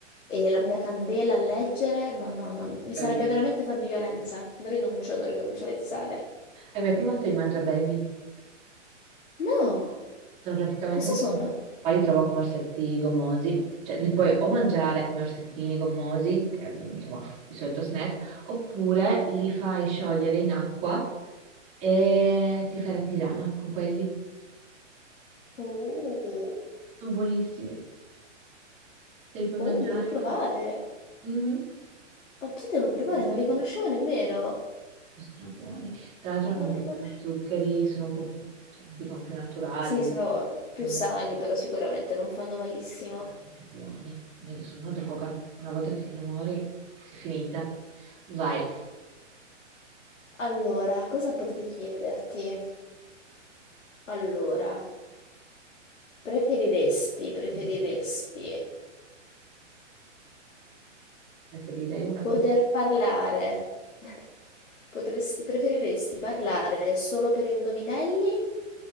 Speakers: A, on the left; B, on the right.
A: e la mia candela a leggere, no, no, no,
B: Che
A: mi
B: Carino.
A: sarebbe veramente farmi violenza. Non rinuncio, non rinuncio alle tisane.
B: Hai mai provato i mangiabevi?
A: No,
B: Sono praticamente,
A: cosa
B: sti-
A: sono?
B: qua li trovo come orsetti gommosi, cioè li puoi o mangiare come orsettini gommosi, che è, insomma il solito snack, oppure li fai sciogliere in acqua e ti fai la tisana con quelli.
A: Oh,
B: Sono buonissimi, te li puoi
A: oh,
B: mangiare,
A: devo provare.
B: puoi fare tutto. Mhm.
A: Oggi devo provare,
B: Mm.
A: non li conoscevo nemmeno.
B: Sono strabuoni. Tra l'altro hanno
A: Non
B: un po'
A: li
B: meno
A: conoscevo.
B: zuccheri, sono un po', più- cioè, dicono più naturali,
A: Sì, sono più
B: non
A: sani,
B: usano
A: però sicuramente non fanno malissimo.
B: veramente buoni. Mio Dio, sono una droga. Una volta che ti innamori, sei finita. Vai.
A: Allora, cosa potrei chiederti? Allora, preferiresti, preferiresti
B: Mm. Preferirei una
A: poter
B: pizza.
A: parlare? <laughs> Potresti, preferiresti parlare solo per indovinelli